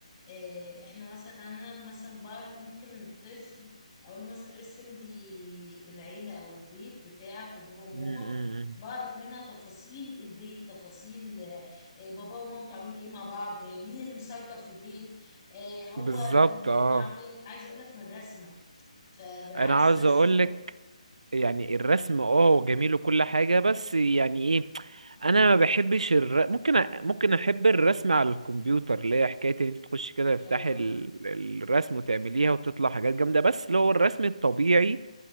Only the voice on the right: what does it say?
م- م- م.
بالظبط
اه
انا عاوز
اقول لك
يعني الرسم اه هو جميل وكل حاجة بس يعني ايه انا ما بحبش الر... ممكن أ- ممكن احب الرسم على الكمبيوتر اللي هي حكاية ان انت تخش كده
تفتحي ال- الرسم وتعمليها وتطلع حاجات جامدة بس اللي هو الرسم الطبيعي